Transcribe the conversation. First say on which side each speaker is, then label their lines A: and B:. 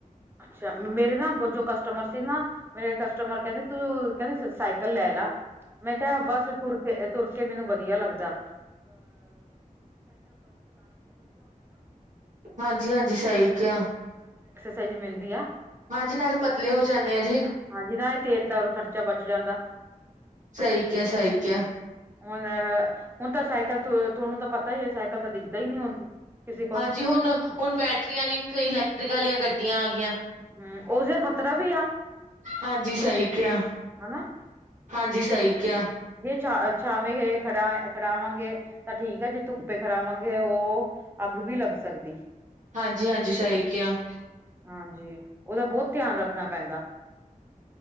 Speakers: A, on the right; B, on the right.
A: ਅੱਛਾ ਮੇਰੇ ਨਾ ਜੋ ਕਸਟਮਰ ਸੀ ਨਾ, ਮੇਰੇ ਕਸਟਮਰ ਕਹਿੰਦੇ ਤੂੰ ਕਹਿੰਦੇ ਸਾਈਕਲ ਲੈ ਲਾ, ਮੈਂ ਕਿਹਾ ਬਸ ਤੁਰ ਕੇ ਤੁਰ ਕੇ ਮੈਨੂੰ ਵਧੀਆ ਲੱਗਦਾ।
B: <unintelligible>
A: ਸਾਈਜ਼ ਮਿਲਦੀ ਆ
B: ਹਾਂਜੀ, ਨਾਲੇ ਪਤਲੇ ਹੋ ਜਾਂਦੇ ਆ ਜੀ।
A: ਹਾਂਜੀ ਨਾ ਇਹ ਤੇਲ ਦਾ ਵੀ ਖਰਚਾ ਬਚ ਜਾਂਦਾ।
B: ਸਹੀ ਕਿਹਾ, ਸਹੀ ਕਿਹਾ।
A: ਹੁਣ ਹੁਣ ਤਾਂ ਸਾਈਕਲ ਤੁਹਾਨੂੰ ਤਾਂ ਪਤਾ ਹੀ ਹੈ, ਸਾਈਕਲ ਤਾਂ ਦਿਖਦਾ ਹੀ ਨੀ ਹੁਣ। ਕਿਸੇ ਕੋਲ
B: ਹਾਂਜੀ, ਹੁਣ- ਹੁਣ ਬੈਟਰੀਆਂ ਵਾਲੀ ਇੱਕ ਇਲੈਕਟ੍ਰਿਕ ਆਲੀਆਂ ਗੱਡੀਆਂ ਆ ਗੀਆਂ।
A: ਹੂੰ, ਉਸਦਾ ਖ਼ਤਰਾ ਵੀ ਆ।
B: ਹਾਂਜੀ ਸਹੀ ਕਿਹਾ,
A: ਹਨਾ
B: ਹਾਂਜੀ ਸਹੀ ਕਿਹਾ।
A: ਛ ਛਾਵੇਂ ਖੜਾ ਖੜਾਵਾਂਗੇ ਤਾਂ ਠੀਕ ਐ, ਜੇ ਧੁੱਪੇ ਖੜਾਵਾਂਗੇ ਉਹ ਅੱਗ ਵੀ ਲੱਗ ਸਕਦੀ।
B: ਹਾਂਜੀ -ਹਾਂਜੀ, ਸਹੀ ਕਿਹਾ।
A: ਹਾਂਜੀ, ਉਹਦਾ ਬਹੁਤ ਧਿਆਨ ਰੱਖਣਾ ਪੈਂਦਾ।